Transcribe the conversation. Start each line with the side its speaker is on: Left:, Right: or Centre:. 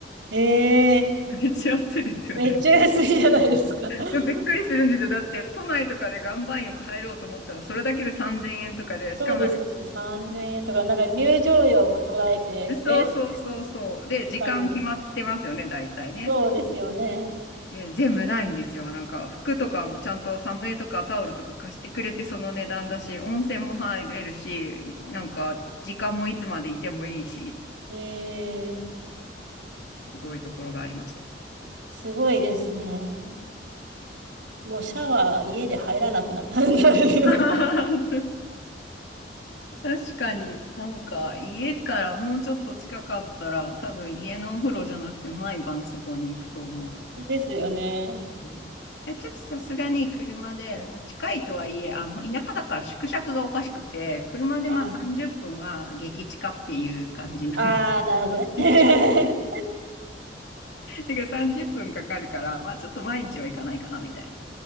Right: ええ
Left: めっちゃ安いですよね。
Right: めっちゃ安いじゃないですか。<laughs>
Left: でもびっくりするんですよ。だって都内とかで岩盤浴入ろうと思ったら、それだけで3000円とかで、しかもなんかこ
Right: そうですよね。3000円とか、なんか入場料も捉えて、
Left: う、そうそうそうそう。
Right: えー、み
Left: で、時間決まってますよね、
Right: たいな
Left: 大体ね。
Right: そうですよね。
Left: えー全部ないんですよ。なんか服とかもちゃんとサムエとかタオルとか貸してくれてその値段だし、温泉も入れるし、なんか時間もいつまでいてもいいし、
Right: ええ
Left: すごいところがありました。
Right: すごいですね。もうシャワー家で入らなくな、<laughs> なるような。
Left: <laughs> 確かに、なんか家からもうちょっと近かったら、多分家のお風呂じゃなくて毎晩そこに行くと思う。
Right: ですよね。
Left: うんえ、ちょっとさすがに車で、まあ、近いとはいえ、あの、田舎だから縮尺がおかしくて、車でまあ30分は激近っていう感じなの。
Right: あ、あー、
Left: <laughs>
Right: なるほどね。<laughs>
Left: だけど30分かかるから、まあちょっと毎日は行かないかなみたいな。